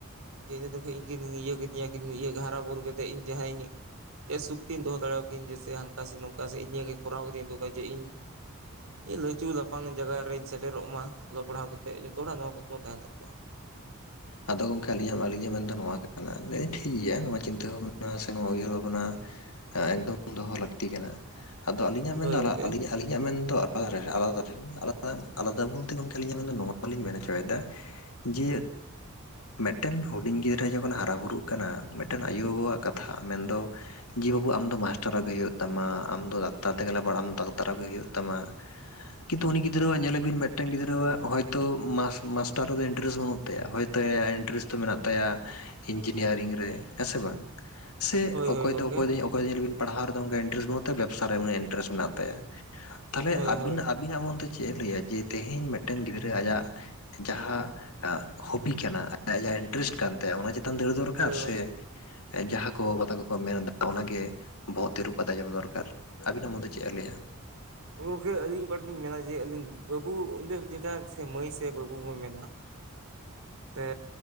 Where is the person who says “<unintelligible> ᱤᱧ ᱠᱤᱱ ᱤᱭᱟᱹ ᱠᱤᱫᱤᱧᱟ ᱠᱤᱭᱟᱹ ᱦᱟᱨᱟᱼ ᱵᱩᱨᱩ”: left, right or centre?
Right